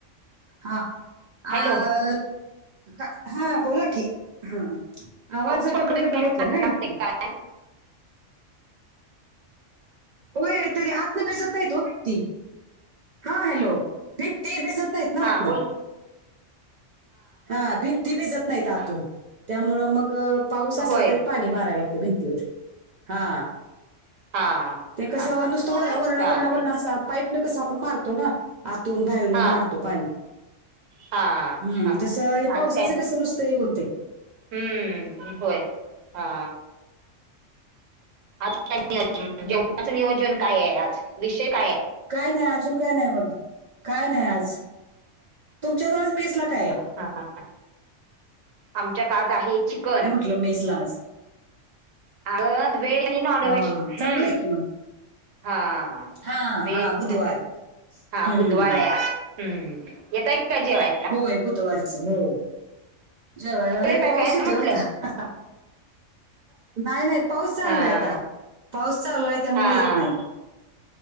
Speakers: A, on the right; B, on the right.
A: हा
B: हॅलो
A: आ का हा बोला की हा आवाज
B: पाऊस
A: डबल
B: पडतोय
A: डबल येतोय ना यातन.
B: काय
A: होय तरी आतन कशात नाहीत हो मेंटी. हा हॅलो भिंती भीजत नाहीत ना
B: हा
A: आतनं.
B: बोल
A: हा भिंती भिजत नाही आतून
B: हा
A: त्यामुळं मग पाऊस असला
B: होय
A: तरी पाणी माराय लागत भिंतीवर हा
B: हा
A: ते कसं
B: हा हा
A: नुसतं वरण
B: चालते
A: वरण वरण असा पाईप न कसं आपण मारतो ना. आतून बाहेरून
B: हा
A: मारतो पाणी.
B: हा
A: हम्म,
B: हा
A: तस हे पावसाचं
B: आज काय
A: कस नुसतं हे होते.
B: हम्म, होय हा आज काय नियोजन,
A: त्यामुळं
B: जेवणाचं नियोजन काय आहे आज, विषय काय आहे,?
A: काय नाही अजून काय नाही बघ, काय नाही आज. तुमच्यात आज मेस ला काय आहे?
B: हां. आमच्यात आज आहे चिकन.
A: मेसलाच
B: अगं व्हेज आणि नॉनव्हेज
A: हा हा हा चांगलं
B: हम्म
A: आहे की मग
B: हा
A: हा
B: व्हेज
A: हा बुधवार
B: -नॉनव्हेज, हा
A: हम्म
B: बुधवार आहे आज हम्म, येताय काय जेवाय?
A: होय बुधवारचं हो जेवायला
B: येताय
A: पाऊस
B: काय
A: येतोय
B: म्हंटलं
A: ओ आता. नाही नाही पाऊस चालू
B: हा
A: आहे आता पाऊस चालू आहे त्यामुळे
B: हा
A: येत नाही. <inaudible>